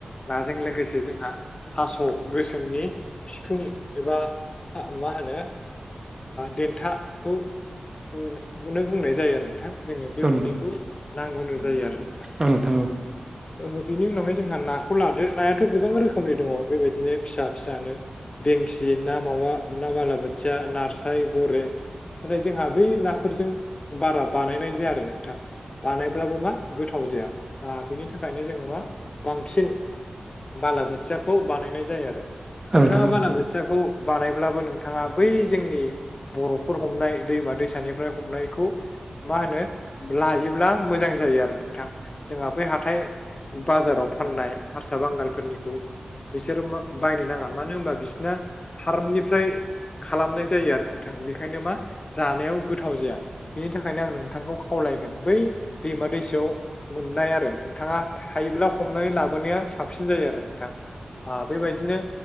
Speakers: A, on the left (about 40°); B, on the right (about 20°).
A: नाजों लोगोसे जोंहा थास' गोसोमनि बिखुं एबा मा होनो देथाखौनो बुंनाय जायो आरो नोंथां। जोंनो बे
B: औ
A: मोननैखौ नांगौनो जायो आरो
B: आं नंगौ।
A: ओहो बिनि उनावहाय जोंहा नाखौ लादो नायाथ' गोबां रोखोमनि दङ बेबायदिनो फिसा फिसानो। बेंसि ना, मावा ना, बालाबोथिया, नास्राय, गोरै नाथाय जोंहा बै नाफोरजों बारा बानायनाय जाया आरो नोंथां बानायब्लाबो मा गोथाव जाया बिनि थाखायनो जोङो मा बांसिन बालाबोथियाखौ बानायनाय जायो आरो
B: औ
A: नोंथाङा
B: नोंथां औ
A: बालाबोथिया खोथियाखौ बानायब्लाबो नोंथाङा बै जोंनि बर'फोर हमनाय दैमा दैसानिफ्राय हमनायखौ मा होनो लायोब्ला मोजां जायो आरो नथां जोंहा बै हाथाय बाजाराव फाननाय हारसा बांगालफोरनिखौ बिसोरो बायनो नाङा मानो होनबा बिसोरना फार्मनिफ्राय खालामनाय जायो आरो नोंथां बेखायनो मा जानायाव गोथाव जाया। बेनि थाखायनो आं नोंथांखौ खावलायगोन बै दैमा दैसायाव मोननाय आरो नोंथाङा थायोब्ला हमनानै लाबोनाया साबसिन जायो आरो नोंथां। बेबायदिनो